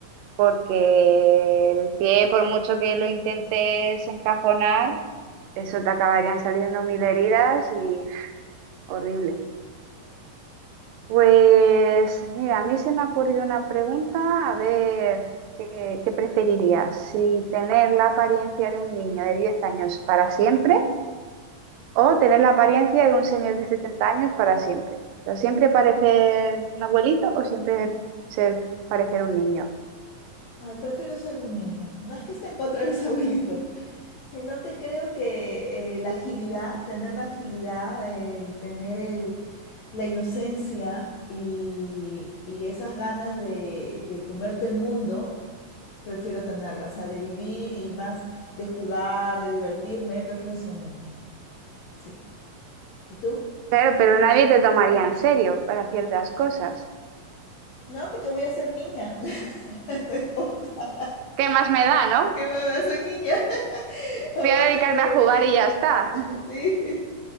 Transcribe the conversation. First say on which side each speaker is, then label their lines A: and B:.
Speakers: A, on the right; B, on the left.
A: porque el pie, por mucho que lo intentes encajonar, eso te acabarían saliendo mil heridas y <sniffs> horrible. Pues mira, a mí se me ha ocurrido una pregunta, a ver, ¿qué, qué preferirías? ¿Si tener la apariencia de un niño de 10 años para siempre? O tener la apariencia de un señor de 70 años para siempre. O sea, siempre parecer un abuelito o siempre ser, parecer un niño.
B: Ay, prefiero ser un niño. No es que esté en contra de los <laughs> abuelitos, sino que creo que eh, la agilidad, tener la agilidad, el tener el- la inocencia y, y esas ganas de, de comerte el mundo, prefiero tenerla. O sea, de vivir y más de jugar, de divertirme, prefiero ser una niña. Sí. ¿Y tú?
A: Claro, pero nadie te tomaría en serio para ciertas cosas.
B: No, porque voy a ser niña. <laughs> No importa.
A: ¿Qué más me da, no?
B: ¿Qué mamá? Soy niña. <laughs> Aguántenme.
A: Voy a dedicarme a jugar y ya está. <laughs>
B: <laughs> Sí.